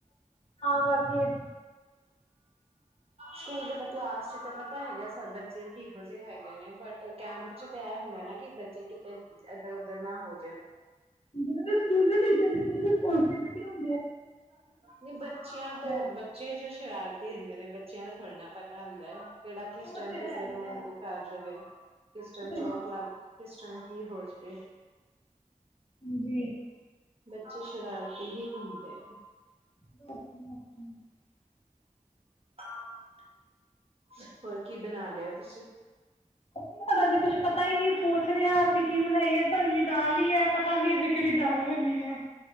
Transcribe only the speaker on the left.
ਹਾਂ, ਕਰਦੀ ਏ।
ਜਿਹ ਸਕੂਲ ਟੀਚਰ ਦ
ਹੈ।
ਉਹ
ਤੇ
ਹੈ ਹੀ
ਹੈ
ਉਹ ਤੇ
ਹੈ
ਜੀ
<unintelligible>
ਸਾਡਾ ਅਜੇ ਕੁਛ ਪਤਾ ਹੀ ਨਹੀਂ ਸੋਚ ਰੇ ਆਂ ਅਸੀ ਕੀ ਬਣਾਈਏ। ਬਣਨੀ ਦਾਲ ਈ ਐ ਪਤਾ ਨੀ ਅਜੇ ਕਿਹੜੀ ਦਾਲ ਬਣਨੀ ਹੈ